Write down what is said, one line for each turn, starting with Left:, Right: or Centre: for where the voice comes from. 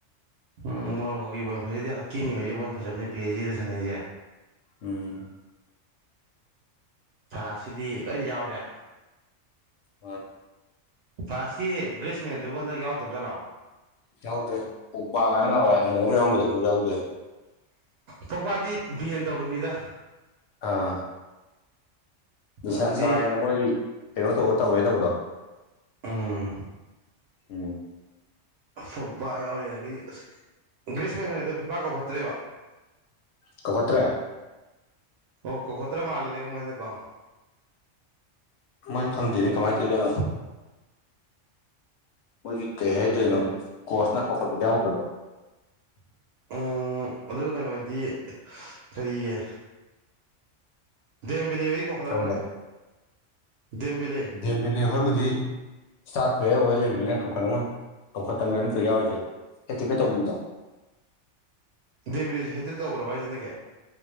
Right: ꯎꯝ ꯃꯣꯔꯣꯛꯀꯣꯒꯤ ꯕꯣꯜ ꯐꯖꯩꯁꯦ ꯍꯛꯀꯤꯃꯤ ꯍꯣꯏꯁꯦ ꯕꯣꯜ ꯐꯖꯕꯅꯦ ꯄꯤ ꯑꯦꯁ ꯖꯤꯗ ꯁꯥꯟꯅꯩꯁꯦ
Left: ꯎꯝ
Right: ꯐ꯭ꯔꯥꯟꯁꯀꯤꯗꯤ ꯂꯣꯏ ꯌꯥꯎꯔꯦ
Left: ꯃꯥꯟꯅꯤ
Right: ꯐ꯭ꯔꯥꯟꯁꯀꯤ ꯒ꯭ꯔꯦꯁꯃꯦꯟꯗꯨꯕꯨ ꯍꯟꯗꯛ ꯌꯥꯎꯗꯕ ꯖꯥꯠꯂꯣ
Left: ꯌꯥꯎꯗ꯭ꯔꯦ ꯄꯣꯛꯕ ꯀꯥꯏꯅ ꯅꯍꯥꯟꯋꯥꯏ ꯅꯣꯡ ꯑꯃ ꯌꯥꯎꯔꯝꯕꯗꯨꯁꯨ ꯌꯥꯎꯗꯦ
Right: ꯄꯣꯛꯄꯥꯗꯤ ꯕꯦꯟ ꯇꯧꯈꯤꯕꯅꯤꯗ
Left: ꯑꯥ ꯅꯤꯁꯥ
Right: ꯑꯗꯨꯗꯤ
Left: ꯆꯥꯏꯅ ꯃꯣꯏꯒꯤ ꯀꯩꯅꯣ ꯇꯧꯋꯦ ꯇꯧꯋꯦ ꯇꯧꯕꯗꯣ
Right: ꯎꯝ
Left: ꯎꯝ
Right: ꯄꯣꯛꯕ ꯌꯥꯎꯔꯤ ꯑꯗꯒꯤꯗꯤ ꯑꯁ ꯒ꯭ꯔꯤꯁꯃꯦꯟꯒꯥꯏꯗꯣ ꯐꯤꯐꯥ ꯀꯧꯈꯠꯇ꯭ꯔꯦꯕ
Left: ꯀꯧꯈꯠꯇ꯭ꯔꯦ
Right: ꯑꯣ ꯀꯧꯈꯠꯇ꯭ꯔ ꯃꯥꯜꯂꯤꯅꯦ ꯃꯣꯏ ꯍꯟꯗꯛ ꯀꯣ
Left: ꯃꯣꯏ ꯈꯪꯗꯦꯅꯦ ꯀꯃꯥꯏꯅ ꯇꯧꯔꯤꯖꯥꯠꯅꯣ ꯃꯣꯏꯒꯤ ꯀꯩ ꯍꯥꯏꯗꯣꯏꯅꯣ ꯀꯣꯁꯅ ꯀꯧꯈꯠꯄ ꯌꯥꯎꯗ꯭ꯔꯕ
Right: ꯎꯝ ꯑꯗꯨꯒ ꯀꯩꯅꯣ ꯍꯥꯏꯗꯤ ꯀꯔꯤꯌꯦ ꯗꯦꯝꯕꯦꯂꯦ ꯍꯩ ꯗꯤ ꯀꯧꯈꯠꯂꯝꯒꯅꯤ
Left: ꯀꯔꯝꯕ
Right: ꯗꯦꯝꯕꯦꯂꯦ
Left: ꯗꯦꯝꯕꯦꯂꯦ ꯍꯣꯏꯕꯨꯗꯤ ꯏꯁꯇꯥꯔ ꯄ꯭ꯂꯦꯌꯔ ꯑꯣꯏ ꯂꯩꯕꯅꯤꯅ ꯀꯧꯈꯠꯂꯝꯒꯅꯤ ꯀꯧꯈꯠꯇ ꯅꯠꯇ꯭ꯔꯣ ꯌꯥꯎꯔꯤꯁꯦ ꯍꯦꯠ ꯇ꯭ꯔꯤꯛ ꯀꯥꯛ ꯇꯧꯈꯤꯕꯗꯣ
Right: ꯗꯦꯝꯕꯦꯂꯦꯁꯤ ꯍꯦꯠꯇ꯭ꯔꯤꯛ ꯇꯧꯈ꯭ꯔꯕꯣ ꯍꯟꯗꯛꯀꯤ